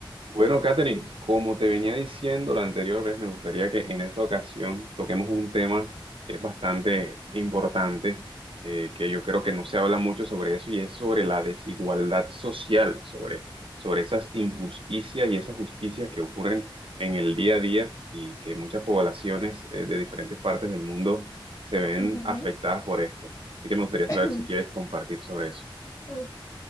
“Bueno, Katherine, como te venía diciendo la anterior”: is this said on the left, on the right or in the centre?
Right